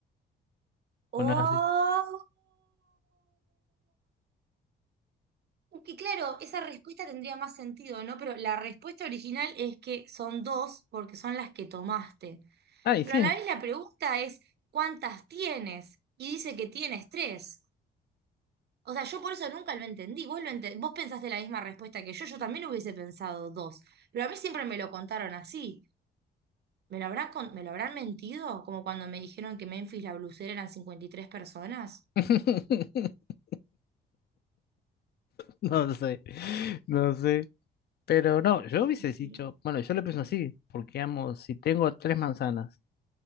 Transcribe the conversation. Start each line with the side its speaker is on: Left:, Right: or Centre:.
Left: ¿O
Right: ¡Oh!
Left: no es así?
Right: Es que claro, esa respuesta tendría más sentido, ¿no? Pero la respuesta original es que son dos porque son las que tomaste.
Left: Ay,
Right: Pero
Left: sí.
Right: a la vez la pregunta es, ¿cuántas tienes? Y dice que tienes tres. O sea, yo por eso nunca lo entendí. Vos, lo ente- vos pensaste la misma respuesta que yo, yo también hubiese pensado dos. Pero a mí siempre me lo contaron así. ¿Me lo habrán, con- me lo habrán mentido? Como cuando me dijeron que Memphis la blusera eran 53 personas.
Left: <laughs> No sé. No sé. Pero no, yo hubiese
Right: Espero.
Left: dicho, bueno, yo lo pienso así, porque amo, si tengo tres manzanas,